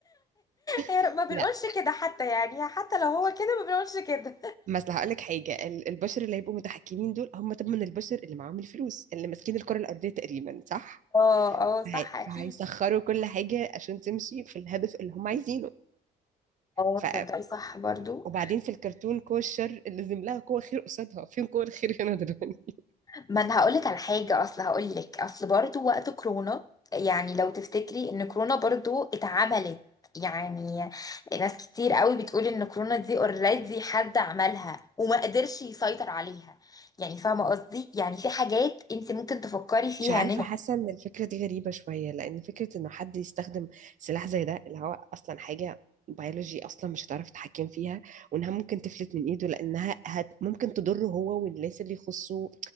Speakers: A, on the left; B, on the right.
A: هي
B: <laughs>
A: ما بنقولش
B: لا
A: كده حتى يعني حتى لو هو كده ما بنقولش كده
B: مثلا هقول لك حاجه ال- البشر اللي هيبقوا متحكمين دول هم طبعا البشر اللي معاهم الفلوس اللي ماسكين الكره الارضيه تقريبا صح
A: اه اه صح
B: فهي-
A: اكيد
B: فهيسخروا كل حاجة عشان تمشي في الهدف اللي هم عايزينه
A: اه
B: ف...
A: تصدقي صح برضو
B: وبعدين في الكرتون قوة الشر اللي لازم لها قوة خير قصادها فين قوة الخير هنا دلوقتي
A: ما انا هقولك على حاجه اصل هقولك اصل برضو وقت كورونا يعني لو تفتكري ان كورونا برضو اتعملت يعني ناس كتير قوي بتقول ان كورونا دي اوريدي حد عملها وما قدرش يسيطر عليها يعني فاهمه قصدي يعني في حاجات انت ممكن تفكري فيها
B: مش عارفة
A: ان انت
B: حاسة ان الفكرة دي غريبة شوية لان فكرة انه حد يستخدم سلاح زي ده اللي هو اصلا حاجة بيولوجي اصلا مش هتعرف تتحكم فيها وانها ممكن تفلت من ايده لانها هت ممكن تضره هو والناس اللي يخصه